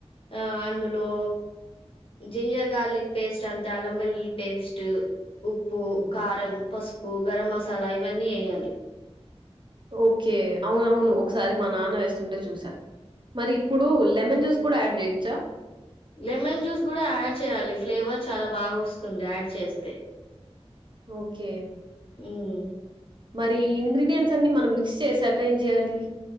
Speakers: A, on the left (about 55°); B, on the right (about 45°).
A: ఆ అందులో జింజర్ గార్లిక్ పేస్ట్ అంటే అల్లం వెల్లుల్లి పేస్ట్ ఉప్పు,
B: హ్మ్.
A: కారం, పసుపు. గరం మసాలా ఇవన్నీ వేయాలి.
B: ఓకే అవునవును ఒకసారి మా నాన్న వేస్తుంటే చూసా మరి ఇప్పుడు లెమన్ జ్యూస్ కూడా యాడ్ చేయొచ్చా.
A: లెమన్ జ్యూస్ కూడా యాడ్ చేయాలి. ఫ్లేవర్ చాలా బాగా వస్తుంది యాడ్ చేస్తే
B: ఓకే
A: ఉమ్
B: మరి ఇంగ్రీడియంట్స్ అన్ని మనం మిక్స్ చేశాక ఏం చేయాలి?